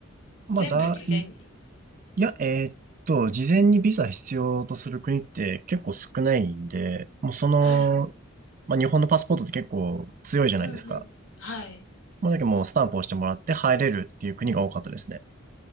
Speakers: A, on the right (about 40°); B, on the left (about 75°).
A: まあ、
B: 全部事前に。
A: だい、いや、えーっと、事前にビザ必要とする国って結構少ないんで、もうその、
B: はい。
A: まあ、日本のパスポートって結構強いじゃないですか。
B: うんうん。はい。
A: もうだけどもうスタンプを押してもらって入れるっていう国が多かったですね。